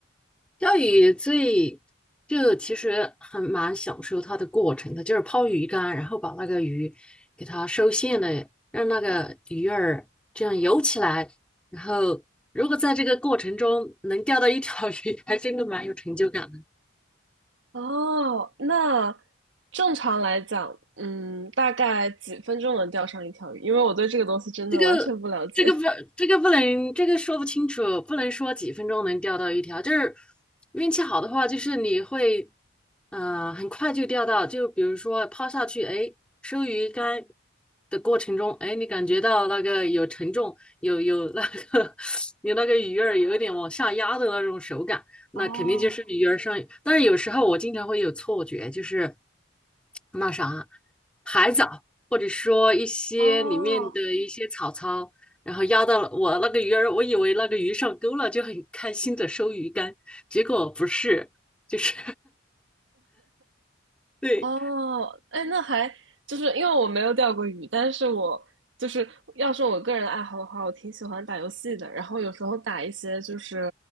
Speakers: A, in the centre; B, on the right (about 70°).
A: 钓鱼最就其实很蛮享受它的过程的，就是抛鱼竿，然后把那个鱼给它收线的，让那个鱼儿这样游起来。然后如果在这个过程中能钓到一条鱼，<laughs> 还真的蛮有成就感。
B: 哦，那正常来讲，嗯，大概几分钟能钓上一条鱼？因为我对这个东西真的完全不了解。
A: 这个这个不这个不能这个说不清楚，不能说几分钟能钓到一条，就是运气好的话，就是你会呃很快就钓到，就比如说抛下去，哎，收鱼竿的过程中，哎，你感觉到那个有沉重，有有那个 <laughs> 有那个鱼儿有一点往下压的那种手感，
B: <laughs>
A: 那肯定就是鱼儿上。
B: 哦
A: 但是有时候我经常会有错觉，就是那啥海藻。或者说一些里面的一些草草，
B: 哦，
A: 然后压到了我那个鱼儿，我以为那个鱼上钩了，就很开心的收鱼竿，结果不是，就是 <laughs> 对
B: 哦，哎，那还就是因为我没有钓过鱼，但是我就是要说我个人的爱好的话，我挺喜欢打游戏的。然后有时候打一些就是